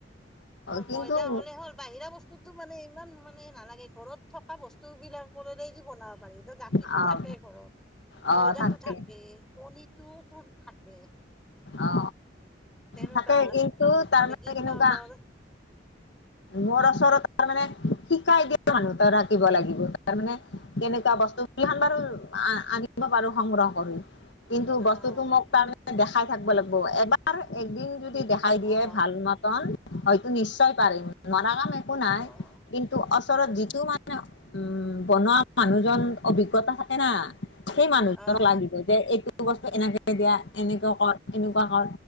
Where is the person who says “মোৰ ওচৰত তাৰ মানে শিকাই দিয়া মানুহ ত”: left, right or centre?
Left